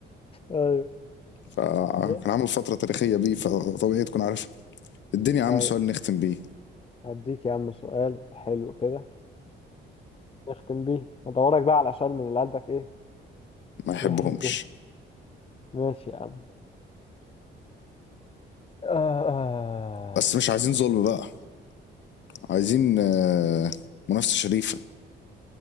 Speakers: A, on the left; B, on the left.
A: ايوه
B: فكان
A: ده
B: عامل فتره تاريخيه بيه فطبيعي تكون عارف الدنيا يا عم
A: طيب
B: سؤال نختم بيه
A: هديك يا عم سؤال حلو كده نختم بيه ادورك بقى على سؤال من اللي قلبك ايه
B: ما يحبهمش
A: يحبه ماشي يا عم آه.
B: بس مش عايزين ظلم بقى عايزين آه، منافسه شريفه